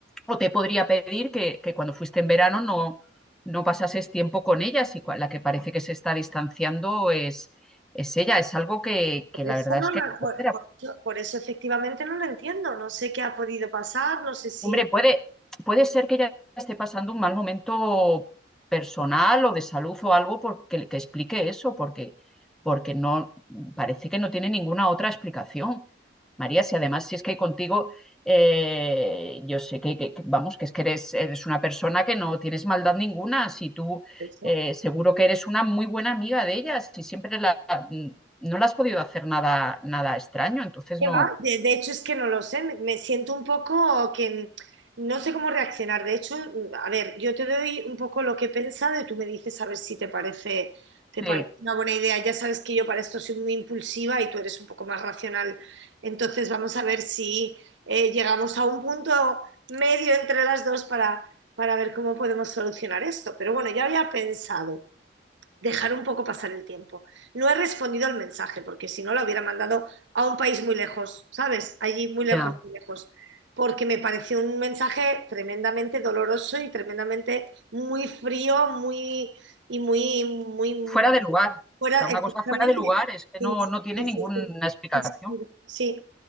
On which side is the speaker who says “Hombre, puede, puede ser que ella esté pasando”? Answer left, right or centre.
Centre